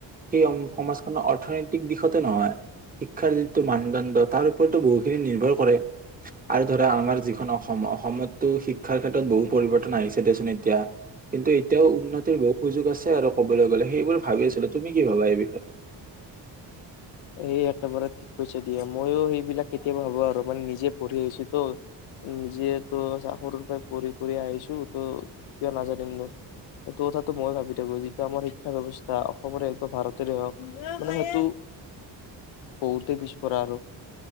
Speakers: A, on the right; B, on the left.
A: সেই সমাজখনৰ অৰ্থনৈতিক দিশতে নহয় শিক্ষাৰ যিটো মানদণ্ড তাৰ ওপৰতো বহুখিনি নিৰ্ভৰ কৰে আৰু ধৰা আমাৰ যিখন অসম অসমতো শিক্ষাৰ ক্ষেত্ৰত বহু পৰিৱৰ্তন আহিছে দেচোন এতিয়া কিন্তু এতিয়াও উন্নতিৰ বহুত সুযোগ আছে আৰু ক'বলৈ গ'লে সেই বোৰ ভাবি আছিলো তুমি কি ভাবা এইবি <inaudible>
B: সে একেবাৰে ঠিক কৈছা দিয়া ময়ো সেইবিলাক কেতিয়াবা ভবো আৰু মানে নিজে পঢ়ি আহিছোঁ তো যিহেতু সৰুৰ পৰাই পঢ়ি পঢ়ি আহিছোঁ ত কিয় নাজানিমনো এইটো কথাটো মই ভাবি থাকো যিটো আমাৰ শিক্ষা ব্যৱস্থা অসমৰে হওঁক বা ভাৰতৰে হওঁক মানে সেইটো বহুতে পিছপৰা আৰু